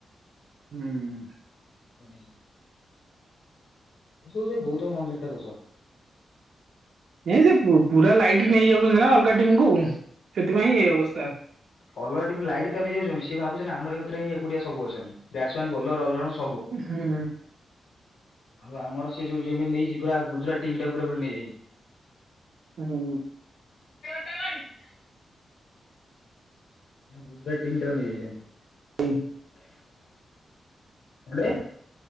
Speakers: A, on the right; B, on the left.
A: ହୁଁ
B: ହଁ <inaudible> ଉ ସେ ଗୌତମ ଗମ୍ଭୀରତା ଦଷ
A: ଏ ସେ ପୁରା ଲାଇଟ ନେଇଯାଉଛନ୍ତି ନା ଅଲଗା ଟିମକୁୁ, ସେଥିପାଇଁଁ ଏଇ ଅବସ୍ଥା।
B: ବଲର ଲାଇଟ୍ନ ନେଇଯାଉଛନ୍ତି ସି ଭାବୁଛନ୍ତି ଆମ ଏ କରେଁ ଏକୁଆ ସବୁ ଅଛନ୍ତି ବ
A: ହୁଁ ହୁଁ।
B: ଆଉ ଆମର ସେ ଯୋଉମତି ନେଇ ପୁରା ଗୁଜୁରାଟ ଟିମ୍ ଟା ପୁରା ପୁରି ନେଇଯାଇଛି।
A: ହୁଁ।
B: <unintelligible> ତା ଗାୀ <unintelligible> ହଁ ଗୁଜୁରଟ୍ ଟିମ ଟାକୁ ନେଇ ଯାଇଛନ୍ତି।
A: ହୁଁ।
B: <unintelligible> କଡେ